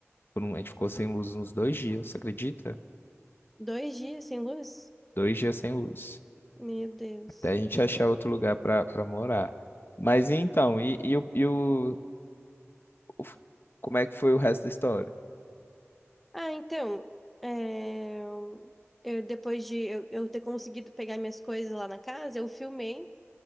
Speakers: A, on the left; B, in the centre.
A: Por um- A gente ficou sem luz uns dois dias, você acredita?
B: Dois dias sem luz?
A: Dois dias sem luz.
B: Meu Deus.
A: Até a gente achar outro lugar para para morar. Mas e então, e, e, o, e o, o f- como é que foi o resto da história?
B: Ah, então, é, eu, depois de eu, eu ter conseguido pegar minhas coisas lá na casa, eu filmei